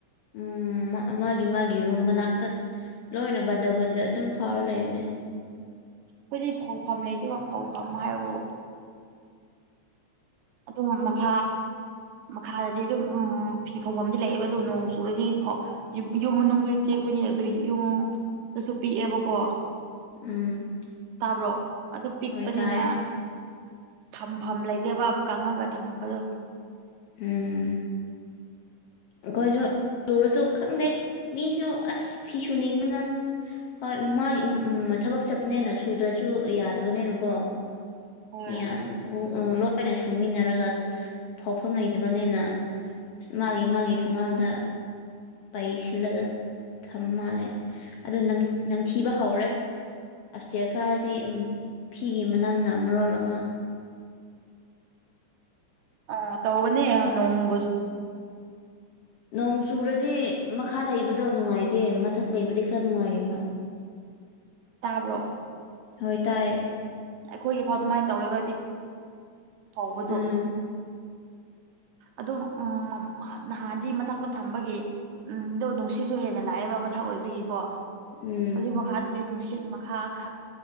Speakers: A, on the left; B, on the right.
A: ꯎꯝ ꯃꯥ ꯃꯥꯒꯤ ꯃꯥꯒꯤ ꯔꯨꯝ ꯃꯅꯥꯛꯇꯥ ꯂꯣꯏꯅ ꯕꯟꯗꯜ ꯕꯟꯗꯜ ꯑꯗꯨꯝ ꯐꯥꯎꯔ ꯂꯩꯕꯅꯦ
B: ꯈꯣꯏꯗꯤ ꯐꯧꯐꯝ ꯂꯩꯇꯦꯕ ꯐꯧꯐꯝ ꯍꯥꯏꯕꯕꯨ ꯑꯗꯨꯝ ꯃꯈꯥ ꯃꯈꯥꯗꯗꯤ ꯑꯗꯨꯝ ꯎꯝ ꯐꯤ ꯐꯧꯕꯝꯗꯤ ꯂꯩꯌꯦꯕ ꯑꯗꯨ ꯅꯣꯡ ꯆꯨꯔꯗꯤ ꯐꯧ ꯌꯨꯞ ꯌꯨꯝ ꯃꯅꯨꯡꯗꯣ ꯏꯆꯦ ꯈꯣꯏꯅꯤꯅ ꯑꯗꯨ ꯌꯨꯝꯗꯥꯁꯨ ꯄꯤꯛꯑꯦꯕꯀꯣ
A: ꯎꯝ
B: ꯇꯥꯕ꯭ꯔꯣ ꯑꯗꯨ ꯄꯤꯛꯄꯅꯤꯅ
A: ꯍꯣꯏ ꯇꯥꯏꯌꯦ
B: ꯊꯝꯐꯝ ꯂꯩꯇꯦꯕ ꯀꯪꯉꯒ ꯊꯝꯕꯗꯣ
A: ꯎꯝ ꯑꯈꯣꯏꯁꯨ ꯇꯧꯔꯁꯨ ꯈꯪꯗꯦ ꯃꯤꯁꯨ ꯑꯁ ꯐꯤꯁꯨꯨꯅꯤꯡꯕꯅ ꯍꯣꯏ ꯃꯥꯒꯤ ꯎꯝ ꯎꯝ ꯊꯕꯛ ꯆꯠꯄꯅꯦꯅ ꯁꯨꯗ꯭ꯔꯁꯨ ꯌꯥꯗꯕꯅꯦꯅꯀꯣ
B: ꯍꯣꯏ
A: ꯃꯤꯌꯥꯟ <unintelligible> ꯂꯣꯏꯅ ꯁꯨꯃꯤꯟꯅꯔꯒ ꯃꯐꯝ ꯂꯩꯇꯕꯅꯤꯅ ꯃꯥꯒꯤ ꯃꯥꯒꯤ ꯊꯣꯡꯒꯥꯟꯗ ꯄꯩ ꯁꯤꯜꯂꯒ ꯊꯝ ꯃꯥꯜꯂꯦ ꯑꯗꯨ ꯅꯝꯊꯤꯕ ꯍꯧꯔꯦ ꯑꯞ ꯏꯁꯇꯤꯔ ꯀꯥꯔꯗꯤ ꯎꯝ ꯐꯤꯒꯤ ꯃꯅꯝꯅ ꯃꯔꯣꯜ ꯑꯃ
B: ꯑꯣ ꯇꯧꯕꯅꯦ ꯅꯣꯡꯃꯁꯨ
A: ꯅꯣꯡ ꯆꯨꯔꯗꯤ ꯃꯈꯥ ꯂꯩꯕꯗꯣ ꯅꯨꯡꯉꯥꯏꯇꯦ ꯃꯊꯛ ꯂꯩꯕꯗꯤ ꯈꯔ ꯅꯨꯡꯉꯥꯏꯌꯦꯕ
B: ꯇꯥꯕ꯭ꯔꯣ
A: ꯍꯣꯏ ꯇꯥꯏꯌꯦ
B: ꯑꯩꯈꯣꯏꯒꯤꯐꯥꯎ ꯑꯗꯨꯃꯥꯏꯅ ꯇꯧꯋꯦꯕ ꯍꯥꯏꯗꯤ ꯐꯥꯎꯕꯗꯣ
A: ꯎꯝ
B: ꯑꯗꯣ ꯎꯝ ꯅꯍꯥꯟꯗꯤ ꯃꯊꯛꯇ ꯊꯝꯕꯒꯤ ꯎꯝ ꯑꯗꯣ ꯅꯨꯡꯁꯤꯁꯨ ꯍꯦꯟꯅ ꯂꯥꯛꯑꯦꯕ ꯃꯊꯛ ꯑꯣꯏꯕꯒꯤꯀꯣ
A: ꯎꯝ
B: ꯑꯗꯣ ꯃꯈꯥꯗ ꯅꯨꯡꯁꯤꯠ ꯃꯈꯥ ꯈꯛ